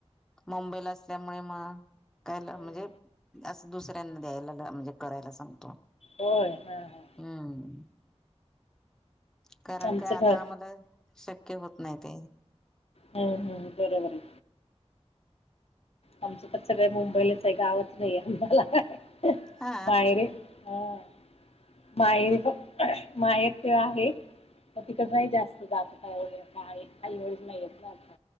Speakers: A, in the centre; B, on the left.
A: मंबईला असल्यामुळे मग काय म्हणजे
B: हो.
A: आस दुसऱ्यांना द्यायला दा म्हणजे करायला सांगतो.
B: होय. हा हा.
A: हम्म कारण
B: आमचं
A: काय, आता
B: घर
A: आम्हाला शक्य होत नाही ते.
B: हम् हम् बरोबर आए. आमचं तर सगळे मुंबईलाच आहे. गावच नाहीये आम्हाला.
A: हा
B: माएरे हां. माहेर, माहेर त आहे. म तिथं नाही जास्त जात <unintelligible> आई वडील नाही येत ना आता.